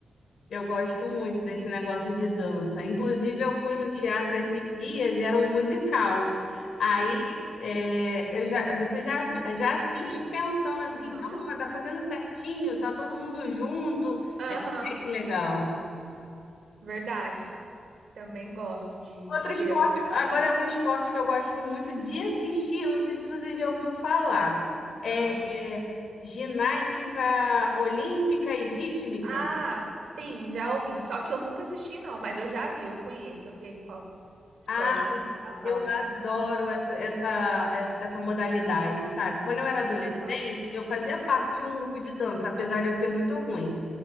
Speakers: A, on the left (about 70°); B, on the right (about 70°).
A: Eu gosto muito desse negócio de dança. Inclusive, eu fui no teatro esses
B: Hum,
A: dias e era um musical. Aí,
B: hum,
A: é, eu já, você já, já assiste pensando assim,
B: Aham,
A: não, mas tá fazendo certinho, tá todo mundo junto.
B: aham,
A: É bem legal.
B: verdade. Também gosto de
A: Outro
B: ver.
A: esporte,
B: assim,
A: agora é um esporte que eu gosto muito de assistir, eu não sei se você já ouviu falar. É,
B: Ah.
A: é, ginástica olímpica e rítmica.
B: Ah, sim, já ouvi. Só que eu nunca assisti, não, mas eu já vi, eu conheço, eu sei qual esporte
A: Ah.
B: que você tá falando.
A: Eu adoro essa, essa, essa essa modalidade, sabe? Quando eu era adolescente,
B: Aham.
A: eu fazia parte de um grupo de dança, apesar de eu ser muito ruim.